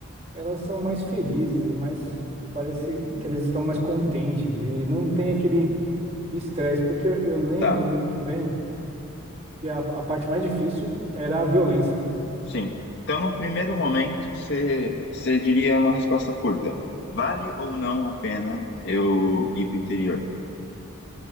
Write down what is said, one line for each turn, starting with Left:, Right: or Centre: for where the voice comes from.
Right: elas são mais felizes, mais parece que elas estão mais contentes e não tem aquele estresse, porque eu, eu lembro
Left: Tá.
Right: muito bem que a, a parte mais difícil era a violência. né?
Left: Sim. Então, no primeiro momento, você você diria uma resposta curta. Vale ou não a pena eu ir para o interior?